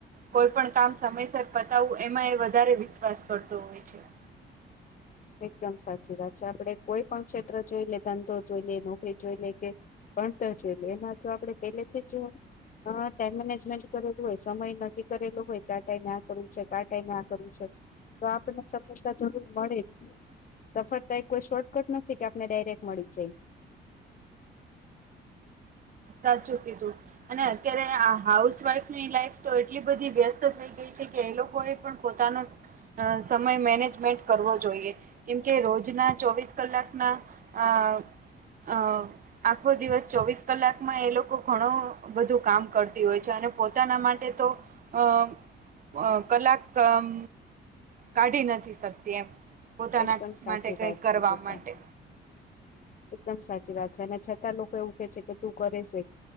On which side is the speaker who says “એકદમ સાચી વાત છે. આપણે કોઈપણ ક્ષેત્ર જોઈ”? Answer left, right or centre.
Left